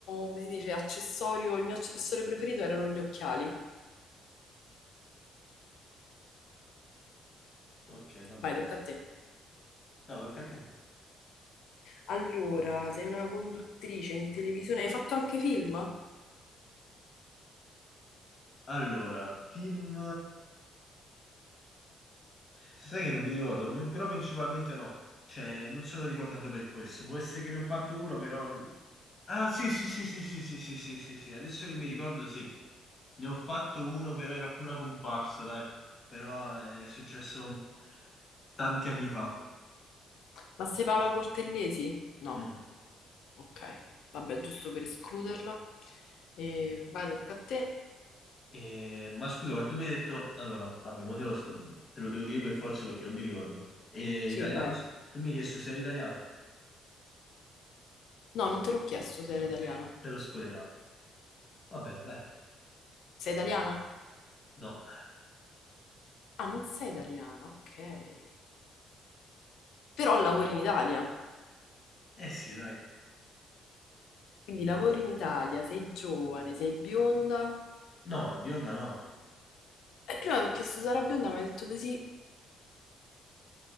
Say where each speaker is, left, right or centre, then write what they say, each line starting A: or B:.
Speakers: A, on the left; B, on the left.
A: come si dice, accessorio, il mio accessorio preferito erano gli occhiali.
B: ok, va bene.
A: Vai, tocca a te.
B: No, tocca a te.
A: Allora, sei una conduttrice in televisione. Hai fatto anche film?
B: Allora, film... Sai che non mi ricordo, mm, però principalmente no. Cioè, non sono ricordato per questo. Può essere che ne ho fatto uno, però... Ah, sì, sì, sì, sì, sì, sì, sì, sì, sì, sì. Adesso che mi ricordo, sì. Ne ho fatto uno, però era più una comparsa, dai. Però è successo tanti anni fa.
A: Ma sei Paola Cortellesi? No,
B: No.
A: ok. Vabbè, giusto per escluderla. E vai, tocca a te.
B: Eh, ma scusa, ma tu mi hai detto... Allora, vabbè, mo te lo, sp- te lo devo dire per forza perché non mi ricordo. Eh,
A: Sì,
B: italiano,
A: vai.
B: sì. tu mi hai chiesto se era italiano?
A: No, non te l'ho chiesto se eri
B: Ok,
A: italiana.
B: te l'ho spoilerato. Va bene, dai.
A: Sei italiana?
B: No.
A: Ah, non sei italiana, ok. Però lavori in Italia.
B: Eh sì, dai.
A: Quindi lavori in Italia, sei giovane, sei bionda.
B: No, bionda no.
A: E prima ti ho chiesto se era bionda, ma hai detto di sì.